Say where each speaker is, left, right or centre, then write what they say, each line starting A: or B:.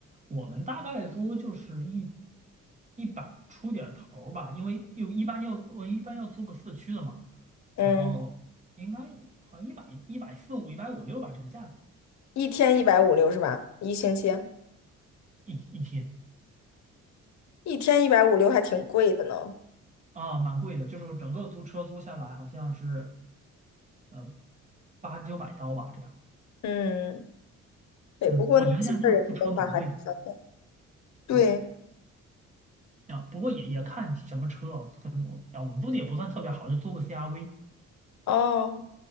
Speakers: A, on the right; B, on the left.
A: 我们大概租就是一一百出点儿头儿吧，因为又一般要我一般要租个四驱的嘛，
B: 嗯。
A: 然后应该好像一百一百四五、一百五六吧，这个价格
B: 一天一百五六是吧？一星期
A: 一一天
B: 一天一百五六还挺贵的呢。
A: 啊，蛮贵的，就是整个租车租下来好像是呃八九百刀吧，这样，
B: 嗯，对，
A: 嗯，
B: 不过那几个人的话还挺方便。
A: 我觉得加拿大租车蛮贵的。
B: 对，
A: 啊。啊，不过也也看什么车哦，跟我啊，我们租的也不算特别好，就租个 CRV
B: 哦，